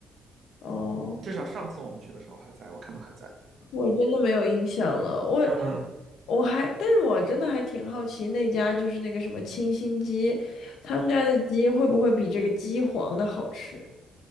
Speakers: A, on the left; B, on the right.
A: 哦，
B: 至少上次我们去的时候还在，我看到还在。
A: 我真的没有印象了。我
B: 嗯，
A: 我还，但是我真的还挺好奇那家就是那个什么清新鸡，他们家的鸡会不会比这个鸡皇的好吃？